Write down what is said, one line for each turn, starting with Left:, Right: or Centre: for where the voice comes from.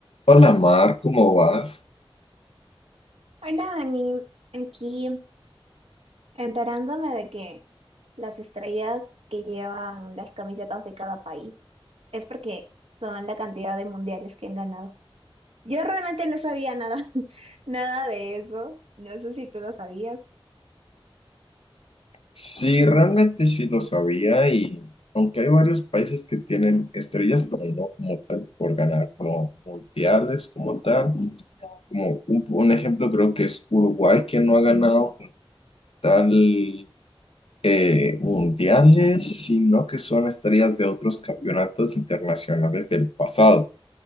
Left: Hola Mar, ¿cómo vas?
Right: Hola, Dani. Aquí enterándome de que las estrellas que llevan las camisetas de cada país es porque son la cantidad de mundiales que han ganado. Yo realmente no sabía nada, <laughs> nada de eso. No sé si tú lo sabías.
Left: Sí, realmente sí lo sabía y aunque hay varios países que tienen estrellas, pero no como tal por ganar como mundiales, como tal. Como un, un ejemplo creo que es Uruguay que no ha ganado como tal eh, mundiales, sino que son estrellas de otros campeonatos internacionales del pasado.